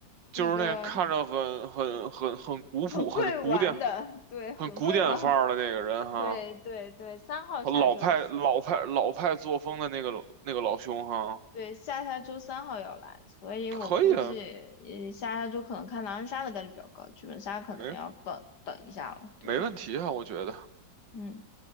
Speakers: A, on the left; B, on the right.
A: 那个
B: 就是那看着很很很很古朴、
A: 很会玩的，
B: 很古典、
A: 对，很会玩，
B: 很古典范儿的那个人哈，
A: <laughs> 对对对，三号下周，
B: 老派老派老派作风的那个那个老兄哈，
A: 对，下下周三号要来，所以我估计呃下下周可能看狼人杀的概率比较高，
B: 可以啊，
A: 剧本杀可能要等等一下了，
B: 没
A: 对，
B: 没问题啊，我觉得
A: 嗯。